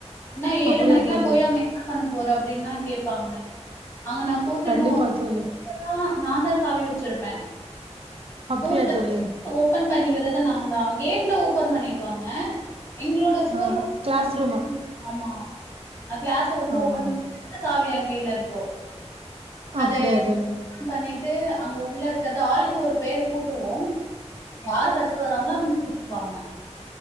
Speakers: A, on the left (about 25°); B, on the right (about 55°).
A: என்னா ஏழு
B: அப்படியா
A: மணிக்குலா
B: தோழி
A: போயி அங்க என்ன பண்ண போற அப்டீன்லா கேப்பாங்க அவுங்க நா கூட்டணோ
B: கண்டிப்பா
A: <unintelligible>
B: தோழி
A: நா தா சாவி வெச்சிருப்பே ஸ்கூல்ல
B: அப்படியா தோழி
A: ஓபன் பண்ணி விட்றது நா தா அவ கேட்ல ஓபன் பண்ணிடுவாங்க எங்களோட ஸ்கூல்
B: ஆ கிளாஸ் ரூம்
A: <inaudible> ஆமா கிளாஸ வந்து
B: ஆமா
A: ஓப்பன்
B: ஆமா
A: <inaudible> சாவி என் கையில இருக்கு அது
B: அப்படியா
A: <inaudible>
B: தோழி
A: பண்ணிட்டு அங்க உள்ள இருக்கிற ஆளுக்கு ஒரு பேரு கூட்டுவோ யாரு ஃபர்ஸ்ட் வராங்களோ அவங்க கூட்டுவாங்க